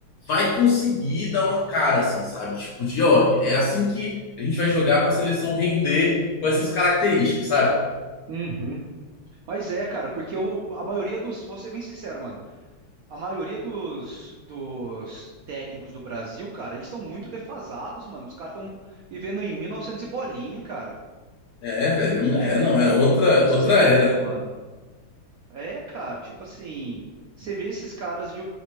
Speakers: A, on the left; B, on the right.
A: vai conseguir dar uma cara, assim, sabe? Tipo, de ó, é assim que a gente vai jogar pra seleção render com essas características, sabe?
B: Uhum. Mas é, cara, porque eu, a maioria dos. Vou ser bem sincero, mano. A maioria dos, dos técnicos do Brasil, cara, eles são muito defasados, mano. Os caras estão vivendo em 1900 e novecentos e bolinha, cara.
A: É, velho, é,
B: É,
A: não, é
B: é difícil
A: outra, outra
B: você ver
A: era.
B: isso, mano. É, cara, tipo assim, você vê esses caras, de,